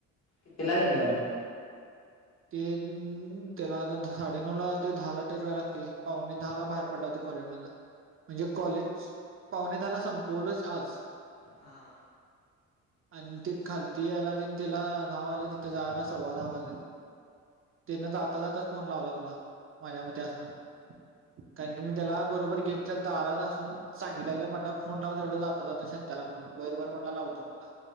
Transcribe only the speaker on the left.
किती ला गेलं म ऽ
हा